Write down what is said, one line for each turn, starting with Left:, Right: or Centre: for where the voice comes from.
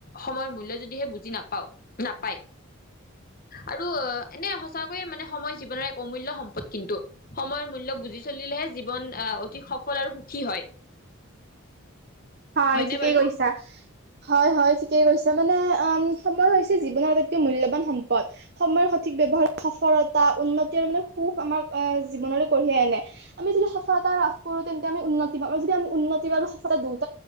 Left: সময়। মূল্য যদিহে বুজি নাপাওঁ নাপায়। আৰু এনে সঁচাকৈয়ে মানে সময় জীৱনৰ এক অমূল্য সম্পদ কিন্তু সময়ৰ মূল্য বুজি চলিলেহে জীৱন আহ অতি সফল আৰু সুখী হয়।
Right: হয়
Left: হয়নে
Right: ঠিকেই
Left: বাৰু
Right: কৈছা। হয় হয় ঠিকেই কৈছে মানে অ সময় হৈছে জীৱনৰ আটাইতকৈ মূল্যবান সম্পদ। সময়ৰ সঠিক ব্যৱহাৰ সফলতা উন্নতি আৰু মানে সুখ আমাৰ আহ জীৱনলৈ কঢ়িয়াই আনে। আমি যদি সফলতা লাভ কৰোঁ তেন্তে আমি উন্নতি পাৰোঁ যদি আমি উন্নতি পাৰোঁ সফলতা দ